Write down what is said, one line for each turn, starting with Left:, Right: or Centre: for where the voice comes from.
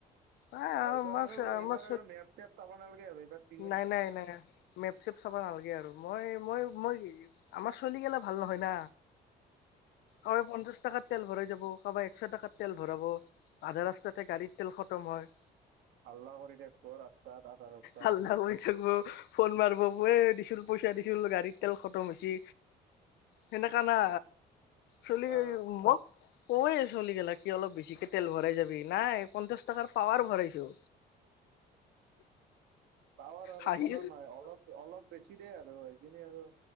Left: নাই
Right: অ',
Left: আমাৰ
Right: এইবাৰ আৰু এইবাৰ আৰু মেপ-চেপ চাব নালাগে আৰু এইবাৰ চি
Left: নাই-নাই-নাই। মেপ-চেপ চাব নালাগে আৰু, মই-মই-মই আমাৰ ছোৱালীগিলা ভাল নহয় না। অ', এই পঞ্চাছ টাকাত তেল ভৰাই যাব কাবা একশ টকাত তেল ভৰাব, আধা ৰাস্তাতে গাড়িত তেল খতম হয়।
Right: হাল্লা কৰি থাকব ৰাস্তাত <unintelligible>
Left: হাল্লা কৰি থাকিব, ফোন মাৰিব অয়ে দিছোৰো পইচা দিছিলো গাড়ীত তেল খতম হৈছে, সেনেকা না চলিগেই
Right: অ
Left: মোক কৈ আছোঁ আমি গেলাক কি অলপ বেছিকে তেল ভৰাই যাবি, নাই পঞ্চাশ টাকাৰ পাৱাৰ ভৰাইছো।
Right: পাৱাৰ আৰু
Left: হাঁহি
Right: কিমান হয় অলপ অলপ বেছি দিয়ে আৰু সেইখিনি আৰু